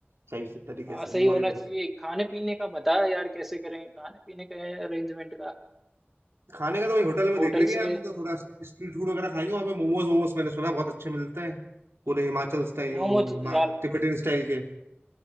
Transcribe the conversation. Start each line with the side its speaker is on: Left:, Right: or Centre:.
Right: सही से तरीके
Centre: हाँ
Right: से
Centre: सही
Right: मौज
Centre: होना
Right: करके
Centre: चाहिए खाने पीने का बता यार कैसे करेंगे खाने पीने का अरेंजमेंट का
Right: खाने का तो वही होटल में
Centre: होटल
Right: देख लेंगे यार
Centre: से
Right: तो थोड़ा स्ट्रीट फूड वगैरह खाएंगे वहां पे मोमोज मोमोज मैंने सुना बहुत अच्छे मिलते हैं पूरे हिमाचल स्टाइल
Centre: मोमोज
Right: वो हिमा
Centre: यार
Right: तिब्बतन स्टाइल के